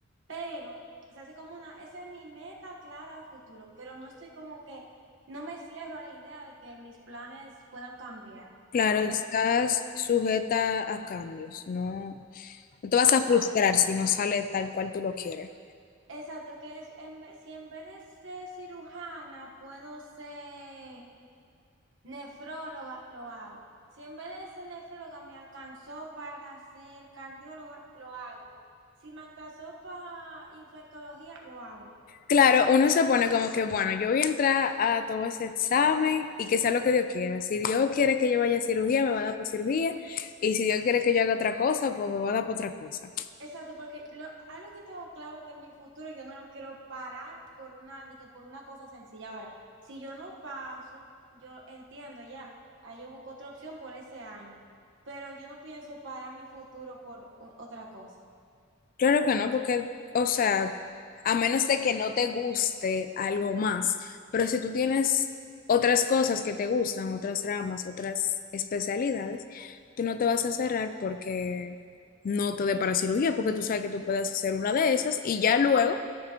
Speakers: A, on the right; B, on the left.
A: Pero, o sea, es como una, esa es mi meta clara a futuro, pero no estoy como que, no me cierro a la idea de que mis planes puedan cambiar.
B: Claro,
A: Como
B: estás
A: que,
B: sujeta a cambios, no, no te vas
A: exacto,
B: a frustrar si no sale tal cual tú lo quieres.
A: exacto, que es, en, vez- si en vez de ser cirujana puedo ser Nefróloga lo hago. Si en vez de ser nefróloga me alcanzó para ser cardióloga, lo hago. Si me alcanzó para infectología, lo hago.
B: Claro, uno se pone como que, bueno, yo voy a entrar a todo ese examen y que sea lo que Dios quiera. Si Dios quiere que yo vaya a cirugía, me va a dar por cirugía. Y si Dios quiere que yo haga otra cosa, pues me va a dar por otra cosa.
A: Exacto, porque lo, algo que tengo claro que en mi futuro yo no lo quiero parar por una, de que por una cosa sencilla. Ahora, si yo no paso, yo entiendo ya. Ahí yo busco otra opción por ese año. Pero yo no pienso parar mi futuro por o- otra cosa.
B: Claro que no, porque, o sea, a menos de que no te guste algo más, pero si tú tienes otras cosas que te gustan, otras ramas, otras especialidades, tú no te vas a cerrar porque no te dé para cirugía, porque tú sabes que tú puedes hacer una de esas y ya luego